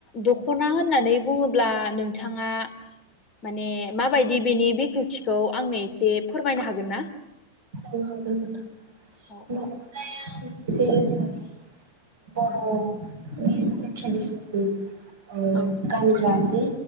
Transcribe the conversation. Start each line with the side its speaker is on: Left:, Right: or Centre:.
Left: दख'ना होन होननानै बुङोब्ला नोंथाङा माने माबायदि बेनि बेखेवथिखौ आंनो एसे फोरमायनो हागोन ना?
Right: औ हागोन नोंथां
Left: औ औ
Right: दख'नाया बेयो जोंनि बर'नि मोनसे ट्रेडिसनेल ओ
Left: औ
Right: गानग्रा जि